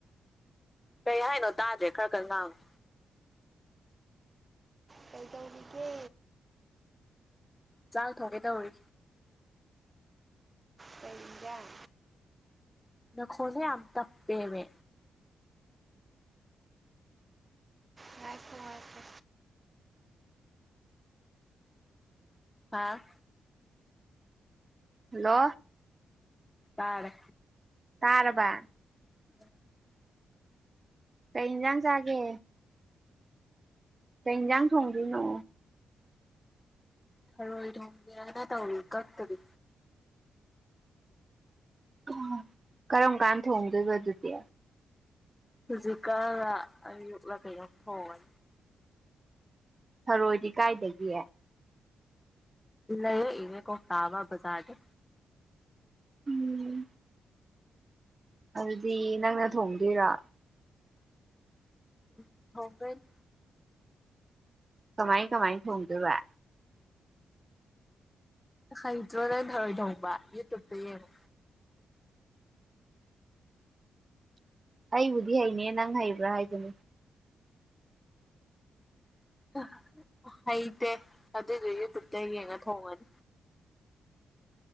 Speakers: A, on the left; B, on the right.
A: ꯀꯩ ꯍꯥꯏꯅꯣ ꯇꯥꯗ꯭ꯔꯦ ꯈꯔꯥ ꯀꯟ ꯉꯥꯡꯉꯣ꯫
B: ꯀꯩꯗꯧꯔꯤꯒꯦ?
A: ꯆꯥꯛ ꯊꯣꯡꯒꯦꯇꯧꯔꯤ꯫
B: ꯀꯩ ꯏꯟꯖꯡ?
A: ꯅꯈꯣꯟꯗꯣ ꯌꯥꯝ ꯇꯞꯄꯦꯃꯦ
B: ꯉꯥꯏꯈꯣ ꯉꯥꯏꯈꯣ
A: ꯍꯥꯥ
B: ꯍꯜꯂꯣ
A: ꯇꯥꯔꯦ
B: ꯇꯥꯔꯕ?
A: <unintelligible>
B: ꯀꯩ ꯏꯟꯖꯡ ꯆꯥꯒꯦ? ꯀꯩ ꯏꯟꯖꯡ ꯊꯣꯡꯗꯣꯏꯅꯣ?
A: ꯊꯔꯣꯏ ꯊꯣꯡꯒꯦꯅ ꯇꯧꯔꯤ ꯀꯛꯇꯔꯤ꯫
B: ꯑꯣ ꯀꯔꯝ ꯀꯥꯟ ꯊꯣꯡꯗꯣꯏꯕ ꯑꯗꯨꯗꯤ?
A: ꯍꯧꯖꯤꯛ ꯀꯟꯔꯥ ꯑꯌꯨꯛꯂꯥ ꯀꯩꯅꯣꯝ ꯊꯣꯡꯉꯅꯤ
B: ꯊꯔꯣꯏꯗꯤ ꯀꯥꯏꯗꯒꯤ?
A: ꯂꯩꯔꯛꯏꯅꯦ ꯀꯣꯛꯇ ꯑꯃꯥ ꯕꯖꯥꯔꯗꯩꯩ꯫
B: ꯎꯝ ꯑꯗꯨꯗꯤ ꯅꯪꯅ ꯊꯣꯡꯗꯣꯏꯔꯣ?
A: ꯎꯝ ꯊꯣꯡꯗꯣꯏꯅꯦ꯫
B: ꯀꯃꯥꯏ ꯀꯃꯥꯏ ꯊꯣꯡꯗꯣꯏꯕ?
A: ꯍꯩꯇ꯭ꯔꯣ ꯅꯪ ꯊꯔꯣꯏ ꯊꯣꯡꯕ? ꯌꯨꯇꯨꯞꯇ ꯌꯦꯡꯉꯣ꯫
B: ꯑꯩꯕꯨꯗꯤ ꯍꯩꯅꯦ ꯅꯪ ꯍꯩꯕ꯭ꯔꯥ ꯍꯥꯏꯕꯅꯦ?
A: <unintelligible> ꯍꯩꯇꯦ ꯑꯗꯨꯏꯁꯨ ꯌꯨꯇꯨꯕꯇ ꯌꯦꯡꯉ ꯊꯣꯡꯉꯅꯤ꯫